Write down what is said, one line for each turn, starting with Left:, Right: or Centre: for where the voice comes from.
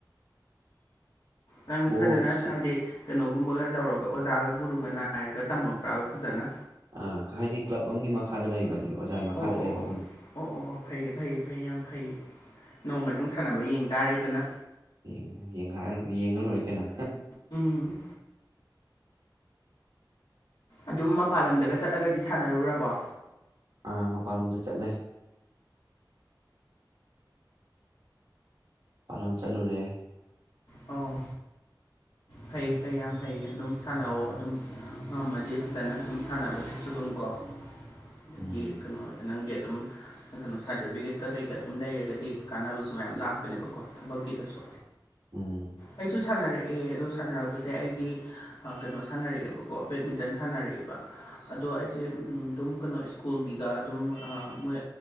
Left: ꯅꯪ
Right: ꯕꯣꯜꯁꯤ
Left: ꯐꯖꯅ ꯍꯥꯏꯗꯤ ꯀꯩꯅꯣꯒꯨꯝꯕꯒ ꯇꯧꯔꯒ ꯑꯣꯖꯥꯒ ꯒꯨꯔꯨꯒ ꯅꯥꯏꯔꯒ ꯇꯝꯃꯛꯄ꯭ꯔꯥꯕ ꯐꯖꯅ
Right: ꯑꯥ ꯍꯥꯏꯗꯤ ꯀ꯭ꯂꯞ ꯑꯃꯒꯤ ꯃꯈꯥꯗ ꯂꯩꯕ ꯍꯥꯏꯁꯤꯗꯤ ꯑꯣꯏꯖꯥꯏ
Left: ꯑꯣ
Right: ꯃꯈꯥꯗ
Left: ꯑꯣ
Right: ꯂꯩꯕꯒꯨꯝꯕꯅꯤ
Left: ꯑꯣ ꯑꯣ ꯑꯣ ꯐꯩꯌꯦ ꯐꯩꯌꯦ ꯐꯩ ꯌꯥꯝ ꯐꯩꯌꯦ ꯅꯣꯡꯃ ꯅꯪ ꯁꯥꯟꯅꯕ ꯌꯦꯡ ꯇꯥꯔꯦꯗꯅ
Right: ꯌꯦꯡꯉꯨ ꯌꯦꯡꯒꯥꯏꯔ ꯂꯣꯏ ꯌꯦꯡꯉ ꯂꯣꯏꯔ‌ꯦ ꯀꯩꯅꯣ
Left: ꯎꯝ ꯑꯗꯨꯝ ꯃꯄꯥꯟ ꯂꯝꯗꯒ ꯆꯠꯂꯒꯗꯤ ꯁꯥꯟꯅꯔꯨꯔꯕꯣ
Right: ꯑꯥ ꯃꯄꯥꯟꯂꯣꯝꯗ ꯆꯠꯂꯦ ꯄꯥꯂꯣꯟ ꯆꯠꯂꯨꯔꯦ
Left: ꯑꯣ ꯐꯩ ꯐꯩ ꯌꯥꯝ ꯐꯩ ꯑꯗꯨꯝ ꯁꯥꯟꯅꯧꯑꯣ ꯑꯗꯨꯝ ꯉꯝꯃꯗꯤ ꯐꯖꯅ ꯑꯗꯨꯝ ꯁꯥꯟꯅꯕꯁꯤꯁꯨ ꯑꯗꯨꯝ ꯀꯣ ꯑꯗꯒꯤ
Right: ꯎꯝ
Left: ꯀꯩꯅꯣ ꯅꯪꯗꯤ ꯑꯗꯨꯝ ꯀꯩꯅꯣ ꯁꯥꯔꯇꯤꯐꯤꯀꯦꯠꯀ ꯀꯩꯀꯥ ꯑꯗꯨꯝ ꯂꯩꯔꯒꯗꯤ ꯀꯥꯟꯅꯕꯁꯨ ꯃꯌꯥꯝ ꯂꯥꯛꯄꯅꯦꯕꯀꯣ ꯊꯕꯛꯀꯤꯗꯁꯨ
Right: ꯎꯝ
Left: ꯑꯩꯁꯨ ꯁꯥꯟꯅꯔꯛꯑꯦ ꯑꯗꯨ ꯁꯥꯟꯅꯔꯛꯄꯁꯦ ꯑꯩꯗꯤ ꯑꯥ ꯀꯩꯅꯣ ꯁꯥꯟꯅꯔꯛꯑꯦꯕꯀꯣ ꯕꯦꯠꯃꯤꯟꯇꯟ ꯁꯥꯟꯅꯔꯛꯑꯦꯕ ꯑꯗꯣ ꯑꯩꯁꯦ ꯎꯝ ꯑꯗꯨꯝ ꯀꯩꯅꯣ ꯁ꯭ꯀꯨꯜꯒꯤꯒ ꯑꯗꯨꯝ ꯑꯥ ꯃꯣꯏ